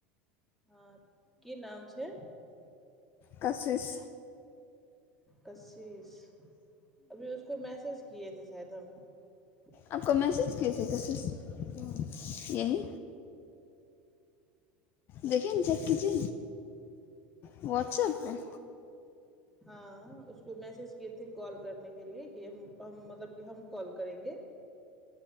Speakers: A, in the centre; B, on the left.
A: हँ की नाम छै।
B: कशिश।
A: किशिश। अभी उसको मैसेज किए थे। <unintelligible>
B: आपक मैसेज कज कैस यही। देखिन चेक कि वट्सऐप प।
A: हँ उसको मैसेज किए थे कॉल करनेके लि कि हम मतलब कि हम कॉल करेंगे।